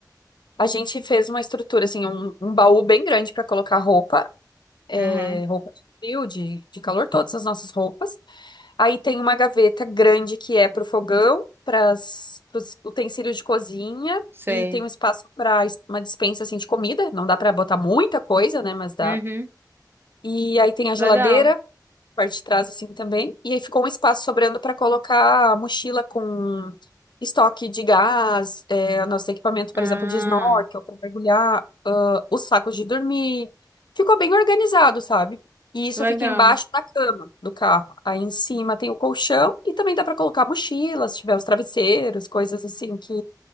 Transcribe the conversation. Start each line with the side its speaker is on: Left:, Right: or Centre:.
Left: A gente fez uma estrutura, assim, um, um baú bem grande pra colocar roupa, é,
Right: Uhum,
Left: roupa de frio, de, de calor, todas as nossas roupas. Aí tem uma gaveta grande que é pro fogão, para os utensílios de cozinha.
Right: sei.
Left: E tem um espaço para uma dispensa assim de comida. Não dá pra botar muita coisa, né? Mas dá.
Right: Uhum,
Left: E aí tem a geladeira,
Right: legal.
Left: parte de trás assim também. E aí ficou um espaço sobrando para colocar a mochila com estoque de gás, é, nosso equipamento, por
Right: Ah,
Left: exemplo, de snorkel para mergulhar, ah, os sacos de dormir. Ficou bem organizado, sabe? E isso
Right: legal.
Left: fica embaixo da cama do carro. Aí em cima tem o colchão e também dá para colocar mochilas, se tiver os travesseiros, coisas assim que,